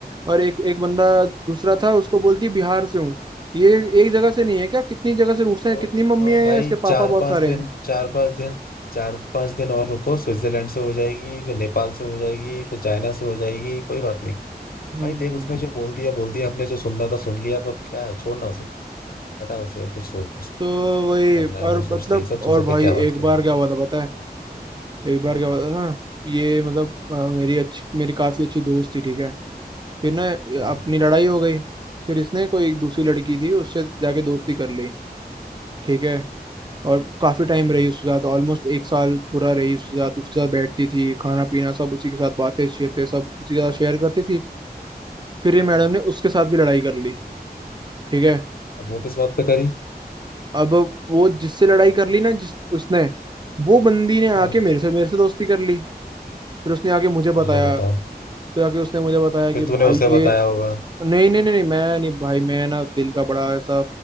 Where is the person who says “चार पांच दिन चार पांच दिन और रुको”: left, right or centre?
Left